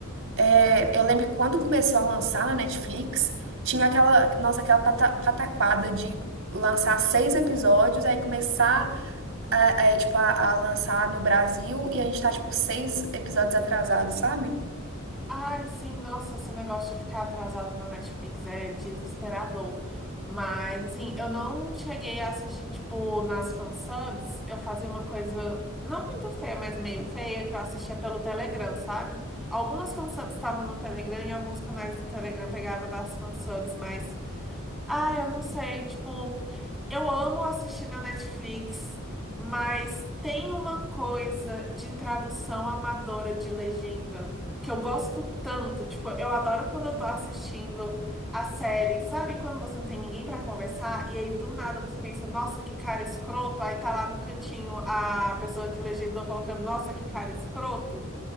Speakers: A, on the right (about 75°); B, in the centre.
A: é, eu lembro que quando começou a lançar na Netflix, tinha aquela, nossa, aquela pata- pataquada de lançar seis episódios, aí começar a, é, tipo, a, a lançar no Brasil e a gente tá, tipo, seis episódios atrasados, sabe?
B: Ai, sim, nossa, esse negócio de ficar atrasado na Netflix é desesperador. Mas, assim, eu não cheguei a assistir, tipo, nas fansubs. Eu fazia uma coisa não muito feia, mas meio feia, que eu assistia pelo Telegram, sabe? Algumas fansubs estavam no Telegram e alguns canais do Telegram pegava das fansubs, mas. Ah, eu não sei, tipo, eu amo assistir na Netflix, mas tem uma coisa de tradução amadora de legenda que eu gosto tanto, tipo, eu adoro quando eu tô assistindo a série, sabe quando você não tem ninguém pra conversar e aí do nada você pensa, nossa, que cara escroto, aí tá lá no cantinho a pessoa que legendou colocando, nossa, que cara escroto.